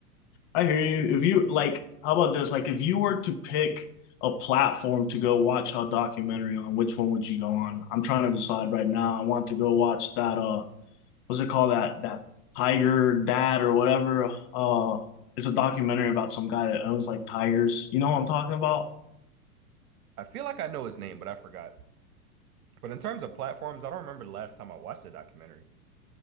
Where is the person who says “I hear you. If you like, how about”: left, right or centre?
Left